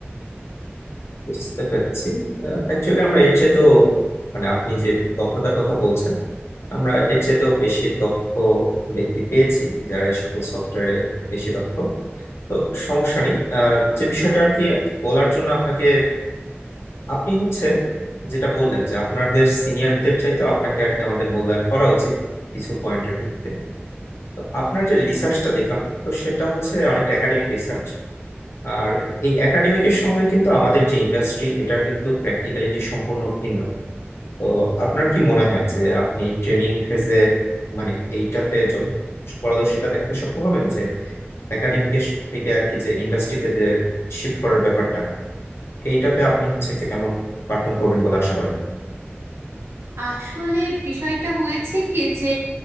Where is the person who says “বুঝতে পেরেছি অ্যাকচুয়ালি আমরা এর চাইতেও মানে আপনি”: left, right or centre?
Left